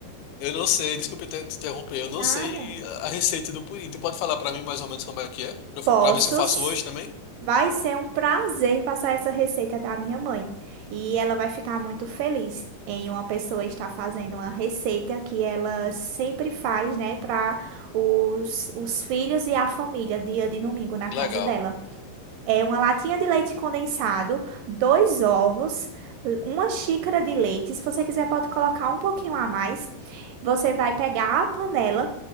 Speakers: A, on the left; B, on the right.
A: eu não sei, Desculpe te te interromper, eu não
B: Nada.
A: sei a a receita do pudim. Tu pode falar para mim mais ou menos como é que é?
B: Posso.
A: Para ver se eu faço
B: s-
A: hoje também?
B: Vai ser um prazer passar essa receita da minha mãe. E ela vai ficar muito feliz em uma pessoa estar fazendo uma receita que ela sempre faz, né, para os, os filhos e a família, dia de domingo na
A: Legal.
B: casa dela. É uma latinha de leite condensado, dois ovos, uma xícara de leite. Se você quiser, pode colocar um pouquinho a mais. Você vai pegar a panela.